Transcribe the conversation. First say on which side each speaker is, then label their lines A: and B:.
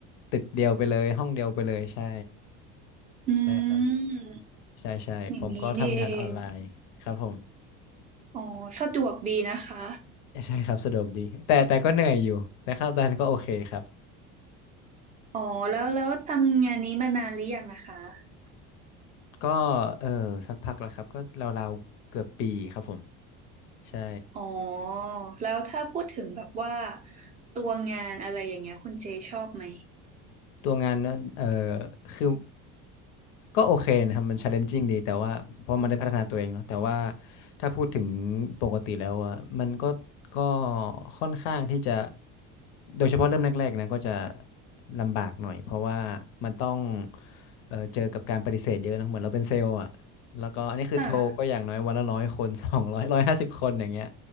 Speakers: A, on the left (about 75°); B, on the right (about 25°).
A: ตึกเดียวไปเลยห้องเดียวไปเลยใช่
B: อื
A: ใช่ครับ
B: ม
A: ใช่ใช่ผมก็ทำงานออนไลน์ครับผม
B: อย่างนี้นี่เองอ๋อสะดวกดีนะคะ
A: ใช่ครับสะดวกดีแต่แต่ก็เหนื่อยอยู่แต่ค่าตอนนั้นก็โอเคครับ
B: อ๋อแล้วแล้วทำงานนี้มานานหรือยังนะคะ
A: ก็เออสักพักแล้วครับก็ราวๆเกือบปีครับผมใช่
B: อ๋อแล้วถ้าพูดถึงแบบว่าตัวงานอะไรอย่างเงี้ยคุณเจชอบไหม
A: ตัวงานนั้นเออคือก็โอเคนะครับมัน challenging ดีแต่ว่าเพราะมันได้พัฒนาตัวเองเนาะแต่ว่าถ้าพูดถึงปกติแล้วอ่ะมันก็ก็ค่อนข้างที่จะโดยเฉพาะเริ่มแรกๆนะก็จะลำบากหน่อยเพราะว่ามันต้องเออเจอกับการปฏิเสธเยอะนะเหมือนเราเป็นเซลล์อ่ะแล้วก็อันนี้คือโทรก็อย่างน้อยวันละร้อยคน
B: อ่า
A: <laughs> สองร้อยร้อยห้าสิบคนอย่างเงี้ย